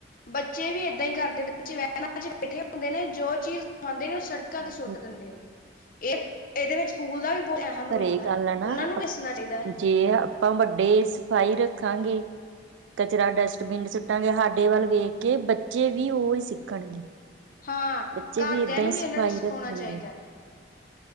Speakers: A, on the left; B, on the right.
A: ਬੱਚੇ ਵੀ ਏਦਾਂ ਹੀ ਕਰਦੇ ਬੱਚੇ ਵਹਿਰਾਂ ਚ ਬੈਠੇ ਹੁੰਦੇ ਨੇ ਜੋ ਚੀਜ਼ ਖਾਂਦੇ ਨੇ ਸੜਕਾਂ
B: ਹਾਂਜੀ
A: ਤੇ ਸੁੱਟ ਦਿੰਦੇ ਨੇ ਇਹ ਇਹਦੇ ਵਿੱਚ ਸਕੂਲ ਦਾ ਵੀ ਬਹੁਤ ਅਹਿਮ
B: ਪਰ
A: ਰੋਲ
B: ਇਹ ਗੱਲ ਹੈ ਨਾ
A: ਉਹਨਾਂ ਨੂੰ ਵੀ ਦੱਸਣਾ ਚਾਹੀਦਾ ਹੈ
B: ਜੇ ਆਪਾਂ ਵੱਡੇ ਸਫ਼ਾਈ ਰੱਖਾਂਗੇ ਕਚਰਾ ਡਸਟਬਿਨ ਸੁੱਟਾਂਗੇ ਸਾਡੇ ਵੱਲ ਵੇਖ ਕੇ ਬੱਚੇ ਵੀ ਉਹਹੀ ਸਿੱਖਣਗੇ
A: ਹਾਂ
B: ਬੱਚੇ
A: ਘਰਦਿਆਂ
B: ਵੀ ਏਦਾਂ
A: ਨੂੰ
B: ਹੀ
A: ਇਹਨਾਂ
B: ਸਫ਼ਾਈ
A: ਨੂੰ ਸਿਖਾਉਣਾ
B: ਰੱਖਣਗੇ
A: ਚਾਹੀਦਾ ਹੈ